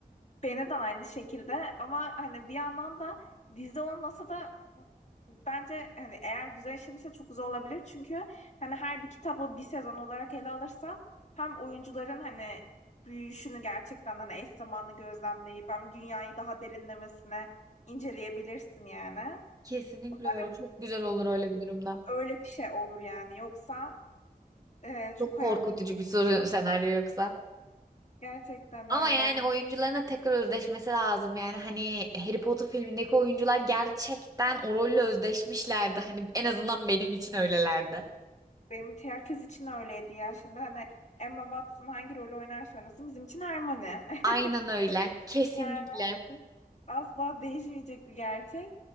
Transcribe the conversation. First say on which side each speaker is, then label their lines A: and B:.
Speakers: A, on the left; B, on the right.
A: Beni de aynı şekilde ama hani bir yandan da dizi olmasa da bence hani eğer güzel işlenirse çok güzel olabilir. Çünkü hani her bir kitabı bir sezon olarak ele alırsan hem oyuncuların hani büyüyüşünü gerçekten hani eş zamanlı gözlemleyip hem dünyayı daha derinlemesine inceleyebilirsin yani.
B: Kesinlikle
A: Umarım
B: öyle. Çok güzel olur öyle bir durumda.
A: öyle bir şey olur yani. Yoksa e, çok
B: Çok korkutucu
A: ayak
B: bir soru senaryo yoksa.
A: gerçekten
B: Ama
A: öyle.
B: yani oyuncuların da tekrar özdeşmesi lazım. Yani hani Harry Potter filmindeki oyuncular gerçekten o rolle özdeşmişlerdi. Hani en azından benim için öylelerdi.
A: Benim için herkes için öyleydi ya. Şimdi hani Emma Watson hangi rolü oynarsa oynasın bizim için Hermione. <laughs>
B: Aynen öyle. Kesinlikle.
A: Yani asla değişmeyecek bir gerçek.